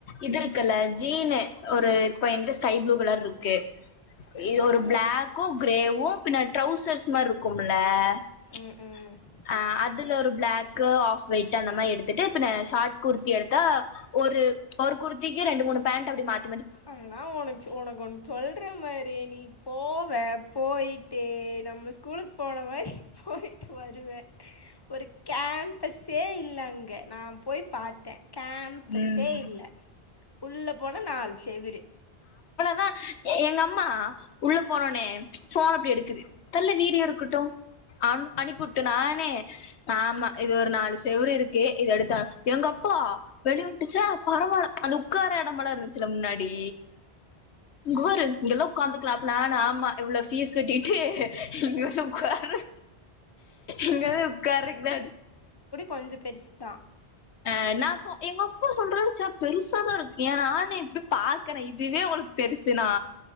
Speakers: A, on the left; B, on the left.
A: இது இருக்கல்ல ஜீனு ஒரு இப்ப என ஸ்கைப்ளூ கலர் இருக்கு
B: ம்
A: இது ஒரு பிளாக்கும் கிரேவும் பின்னா ட்ரௌசர்ஸ் மாரி இருக்கும்ல ச்சு
B: ம் ம்
A: ஆஹ் அதுல ஒரு பிளாக்கு ஆஃப் ஒயிட் அந்த மாரி எடுத்துட்டு பின்ன ஷார்ட் குர்த்தி எடுத்தா ஒரு ஒரு குர்த்திக்கு ரெண்டு மூணு பேண்டட் அப்படி மாத்
B: ஆனா உனக்கு ச் உனக்கு ஒண்ணு சொல்ற மாரி நீ போவ போயி்டட்டு நம்ம ஸ்கூலுக்கு போன மாரி போய்டிட்டு வருவ ஒரு கேம்பஸே இல்லை அங்கே நான் போய் பாத்தேன் கேம்பஸே
A: ம்
B: இல்ல உள்ள போன நாள் செவுரு
A: தா எங்க அம்மா உள்ள போனோனே ச்சு போன் அப்படி எடுக்குது தள்ளு வீடியோ எடுக் குட்டோ அன் அணிபுட்டு நானே ஆமா இது ஒரு நாலு செவுரு இருக்கே இது எடுத்தா எங்க அப்பா வெளிய <unintelligible> <unintelligible> பரவல அந்து உக்கார நம்மள இருந்துச்சுல முன்னாடி <unintelligible> இங்கெல்லா உக்காந்துக்கலா அப்ப நானு ஆமா இவ்ளோ பீஸ் கட்டிட்டு இங்க வந்து உக்காரற இங்க வந்து உக்கார்றக்குதா அது
B: கொஞ்சோ பெருசு தா
A: ஆஹ் நா சொ எங்க அப்பா சொல்றறு சார் பெருசாதா இருக்கு ஏன ஆன்லைன்ல பேய் பாக்குறே இதுவே உங்களுக் பெருசுனா